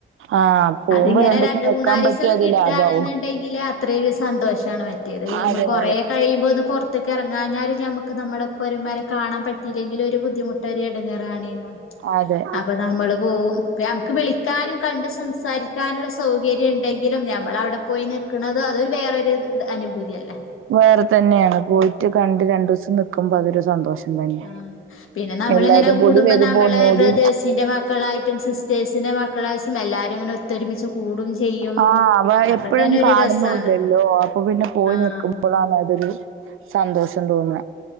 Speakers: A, on the right; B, on the left.
A: ആഹ് പോകുമ്പോ
B: അതിങ്ങനെ
A: രണ്ടൂസം
B: രണ്ട്
A: നിക്കാൻ
B: മൂന്നാലീസം
A: പറ്റിയ
B: ഒക്കെ
A: അത്
B: കിട്ടാണ്ന്ന്ണ്ടെങ്കില്
A: ലാഭാവും.
B: അത്രീ ഒര് സന്തോഷാണ്. മറ്റേത് നമ്മൾ
A: അതെ
B: കൊറേ
A: അതെ
B: കഴിയുമ്പോ ഒന്ന് പൊറ്ത്ത്ക്ക് എറങ്ങാഞ്ഞാല് നമുക്ക് നമ്മുടെ ഒപ്പൊരു മരം കാണാൻ പറ്റിയിലെങ്കിലു ഒരു ബുദ്ധിമുട്ട ഒരു എടങ്ങേറാണേന.
A: അതെ
B: അപ്പൊ നമ്മള് പോവും. ഇപ നമക്ക് വിളിക്കാനും കണ്ട് സംസാരിക്കാനുള്ള സൗകര്യം ഇണ്ടെങ്കിലും. ഞമ്മൾ അവിടെ പോയി നിക്കുന്നത് അതൊരു വേറൊരു അനുഭൂതിയല്ലേ?
A: വേറെ തന്നേണ്. പോയിട്ട് കണ്ട് രണ്ടു സം നിക്കുമ്പോ അതൊരു സന്തോഷം. തന്നെ.
B: ആഹ് പിന്നെ നമ്മളിങ്ങനെ
A: എല്ലാരും
B: കൂടുമ്പ
A: കൂടി വരുമ്പോ
B: നമ്മളെ
A: ഒന്നുകൂടി
B: ബ്രദേേഴ്സിന്റെ മാക്കളായിട്ടും സിസ്റ്റേഴ്സിന്റെ മക്കളേയ്സ് എല്ലാരും ഇങ്ങനെ ഒത്തൊരുമിച്ച് കൂടും ചെയ്യും.
A: ആഹ് അവ
B: അപ്പൊ
A: എപ്പഴും
B: തന്നെ ഒരു
A: കാണുന്നുല്ലല്ലോ
B: രസാണ്
A: അപ്പൊ പിന്നെ പോയി
B: ആഹ്
A: നിൽക്കുമ്പളാണ് അതൊരു സന്തോഷം തോന്ന.